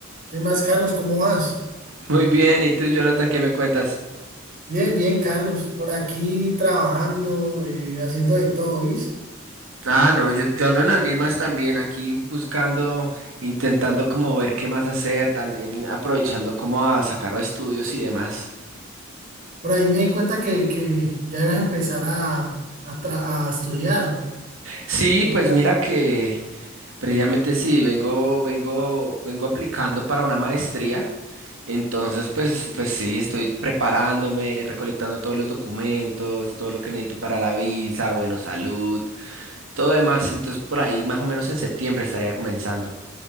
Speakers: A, on the right; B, on the right.
A: ¿Qué más, Carlos? ¿Cómo vas?
B: Muy bien, ¿y tú, Jonathan, qué me cuentas?
A: Bien, bien, Carlos. Por aquí trabajando, eh, haciendo de todo, ¿oís?
B: Ah, no, yo, yo ando en las mismas también, aquí buscando, intentando como ver qué más hacer, también aprovechando como a sacar los estudios y demás.
A: Por ahí me di cuenta que, que ya ibas a empezar a, a, tra- a estudiar.
B: Sí,
A: Lo
B: pues
A: nuevo.
B: mira que precisamente sí, vengo, vengo, vengo aplicando para una maestría. Entonces, pues, pues sí, estoy preparándome, recolectando todos los documentos, todo lo que necesito para la visa, bueno, salud, todo demás. Entonces, por ahí más o menos en septiembre estaría comenzando.